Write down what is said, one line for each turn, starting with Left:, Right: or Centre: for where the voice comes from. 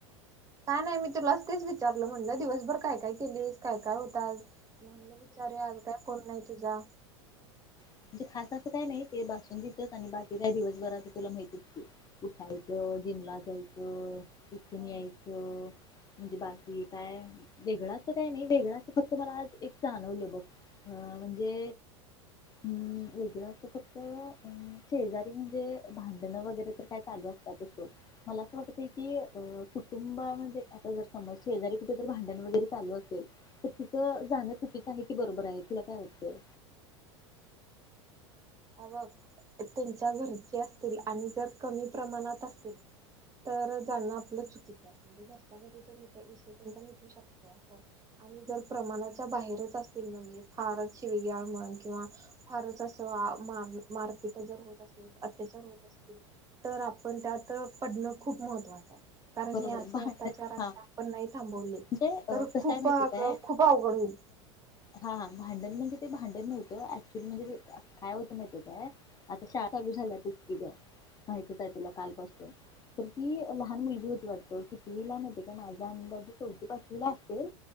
Right: काय नाही मी तुलाच तेच विचारलं म्हटलं दिवसभर काय काय केलीस काय काय होतात. म्हणलं विचारे आज काय कोण नाही तुझा.
Left: म्हणजे खास असं काय नाही ते बसून देतच आणि बाकी काय दिवसभराच तुला माहतीच कुठायचं जिमला जायचं. <unintelligible>
Right: हा.
Left: म्हणजे बाकी काय वेगळां अस काय नाही वेगळा अस फक्त मला आज एक जाणवलं बघ अ म्हणजे अम् वेगळं असतं फक्त अं शेजारी म्हणजे भांडण वगैरे तर काय चालू असतात असो मला असं वाटतय की अं कुटुंबामध्ये आता जर समज शेजारी कुठे तर भांडण वगैरे चालू असेल जाण काहिती बरोबर आहे तुला काय वाटतं
Right: बघ त्यांच्या घरचे असतील आणि जर कमी प्रमाणात असतील तर जाणं आपलं चुकीचं आहे म्हणजे घरच्या घरी तो विषय त्यांचा मिटू शकतोय अस आणि जर प्रमाणाच्या बाहेर अस म्हणजे फार वे किंवा फारच अस मारपीट जर होत असेल अत्याचार होत असतील तर आपण त्यात पडणं खूप महत्वाचं आहे कारण
Left: बरोबर
Right: हे असे
Left: आहे भांडण
Right: अचार आता
Left: हा
Right: आपण नाही थांबवले
Left: म्हणजे अ,
Right: तर
Left: कसं
Right: खूप
Left: आहे माहिती काय
Right: खूप अवघड होईल
Left: हा हा भांडण म्हणजे ते भांडण नव्हतं ऍक्च्युली म्हणजे काय होत नाहीत काय आता शाळा चालू झाल्या त इकीि माहितीच आहे तुला कालपासून तर ती लहान मुलगी होती त किवीला नवते का माझ्या अंदाजी चौथी पाासला असल